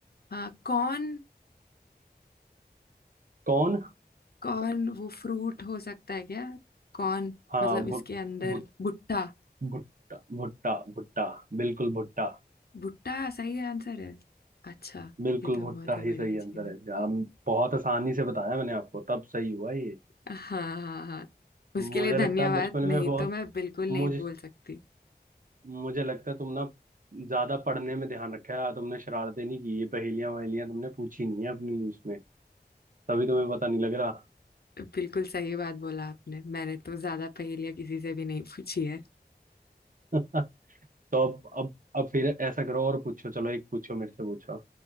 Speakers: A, on the left; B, on the right.
A: हाँ कौन
B: कौन
A: कौन वो फ्रूट हो सकता है क्या कौन
B: हाँ
A: मतलब इसके
B: भुट
A: अंदर
B: भुट
A: भुट्टा
B: भुट्टा भुट्टा भुट्टा बिल्कुल भुट्टा
A: भुट्टा सही आंसर है अच्छा
B: बिल्कुल
A: ये तो
B: भुट्टा
A: बहुत ही
B: ही
A: बढ़िया
B: सही
A: चीज
B: आंसर
A: है
B: है इसका हम बहुत आसानी से बताया मैंने आपको तब सही हुआ ये
A: हाँ हाँ हाँ उसके
B: मुझे
A: लिए धन्यवाद
B: लगता है बचपन
A: नहीं
B: में बहुत
A: तो मैं बिल्कुल
B: मुझे
A: नहीं बोल सकती
B: मुझे लगता है तुम ना ज्यादा पढ़ने में ध्यान रखा है तुमने शरारतें नहीं की ये पहेलियां वहेलियां तुमने पूछी नहीं है अपनी उसमें तभी तुम्हें पता नहीं लग रहा
A: बिल्कुल सही बात बोला आपने मैंने तो ज्यादा पहेलियां किसी से भी नहीं पूछी है
B: <laughs> तो अब अब अब फिर ऐसा करो और पूछो चलो एक पूछो मेरे से पूछो